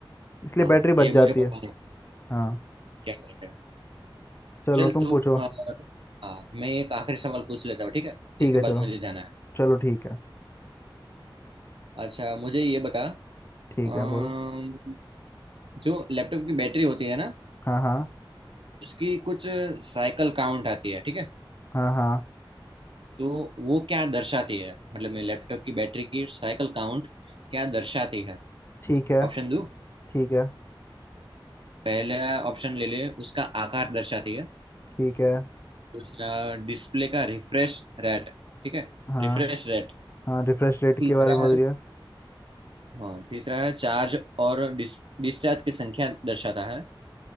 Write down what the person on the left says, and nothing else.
इसलिए
बैटरी
बच
जाती
है
हाँ
चलो
तुम
पूछो
ठीक
है चलो
चलो ठीक है
ठीक
है बोलो
हाँ हाँ
हाँ हाँ
ठीक है
ठीक है
ठीक है
हाँ
हाँ रिफ्रेश रेट
के बारे में बोल
रही हो